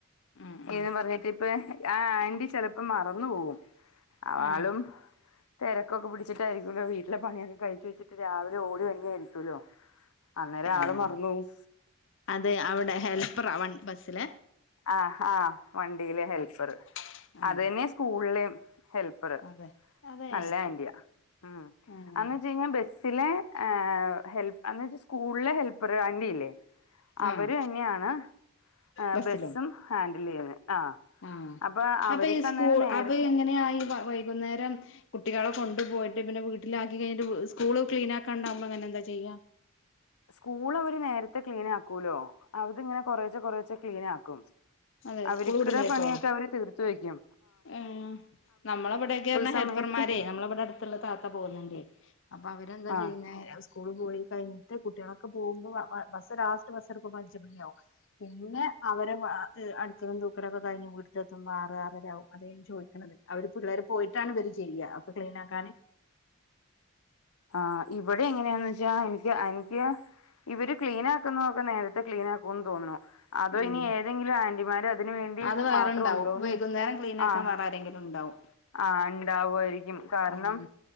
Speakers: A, on the left; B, on the left.
A: ഉം ഉം
B: എന്നും പർഞ്ഞിട്ട് ഇപ്പെ ആഹ് ആൻ്റി ചെല പ്പം മറന്ന് പോവും ആളും
A: ഉം
B: തെരക്കൊക്കെ പിടിച്ചിട്ടായിരിക്കൂല്ലോ വീട്ടിലെ പണിയൊക്കെ കഴിച്ചു വെച്ചിട്ട് രാവിലെ ഓടി വര്നെ ആയിര്ക്കോല്ലോ അന്നേരം ആളും
A: ആഹ്
B: മറന്നോവും
A: അതെ അവിടെ ഹെൽപ്പെറാ വൺ ബസ്സിലെ
B: ആഹ് ഹാ വണ്ടീലെ ഹെൽപ്പറ്
A: ആഹ് ആഹ്
B: അതെന്ന്യാ സ്കൂൾലെം ഹെല്പ്പറ്
A: അതെ അതെ
B: നല്ല ആൻ്റിയാ ഉം
A: ആഹ്
B: അന്ന് വച്ചേഞ്ഞാ ബസ്സിലെ ഹെൽ അന്ന് വെച്ചാ സ്കൂൾലെ ഹെൽപ്പർ ആൻ്റില്ലേ അവര്
A: ആഹ്
B: തന്ന്യാണ് ഏഹ്
A: ബസ്സിലോ
B: ബസ്സും ഹാൻഡിലെയ്യ്ന്നെ ആഹ്
A: ആഹ്
B: അപ്പൊ അവർക്ക്
A: അപ്പ ഈ സ്കൂൾ
B: അന്നേരം നേരത്തെ
A: അപ്പ എങ്ങനെയാ ഈ വൈകുന്നേരം കുട്ടികളെ കൊണ്ട് പോയിട്ട് പിന്നെ വീട്ടിലാക്കി കഴിഞ്ഞിട്ട് സ്കൂള് ക്ലീനാക്കാണ്ടാമ്പൊ ഇങ്ങനെ എന്താ ചെയ്യാ
B: സ്കൂള് അവര് നേരത്തെ ക്ലീൻ ആക്കൂലോ അത് ഇങ്ങനെ കൊറേച്ചെ കൊറേച്ചെ ക്ലീൻ ആക്കും
A: അതെ
B: അവരിക്കിടെ
A: സ്കൂൾ വിടുമ്പോഴേക്കോ
B: പണിയൊക്കെ അവര് തീർത്ത് വെയ്ക്കും
A: ഏഹ് നമ്മളെ ഇവടെക്കേ ർണ
B: സമയത്ത്
A: ഹെൽപ്പെർമാരെ നമ്മളവിടെ അടുത്തിള്ള താത്ത പോന്നിണ്ടേ അപ്പ അവരെന്താ
B: ആഹ്
A: ചെയ്യുന്നെ കൂള്ളപോയി കഴിഞ്ഞിട്ട് കുട്ട്യാളൊക്കെ പോമ്പോ ബ ബ ബസ്സ് ലാസ്റ്റ് ബസ്സ് എടുക്കുമ്പോ അഞ്ചുമണിയാവും പിന്നെ അവരെ അ എ അടിക്കലും തൂക്കലൊക്കെ കൈഞ്ഞ് വീട്ടിലെത്തുമ്പോ ആറ് ആറരാവും അതെ ഞാൻ ചോയ്ക്കിണത് അവര് പിള്ളേര് പോയിട്ടാണ് ഇവര് ചെയ്യ അപ്പം ക്ലീനാക്കാൻ
B: ആഹ് ഇവെടെ എങ്ങനെയാന്ന് വെച്ചാ എനിക്ക് എനിക്ക് ഇവര് ക്ലീൻ ആക്കുന്നൊക്കെ നേരത്തെ ക്ലീൻ ആക്കൂന്ന് തോന്നിണു അതോ
A: ഉം
B: ഇനി ഏതെങ്കിലും ആന്റിമാര് അതിന് വേണ്ടി
A: അത് വേറെണ്ടാവും
B: മാത്രം ഉണ്ടോന്നു
A: വൈകുന്നേരം ക്ലീൻ ആക്കാൻ
B: ആഹ്
A: വേറെ ആരെങ്കിലും ഉണ്ടാവും
B: ആ ഇണ്ടാവു ആയിരിക്കും കാര്ണം
A: ഉം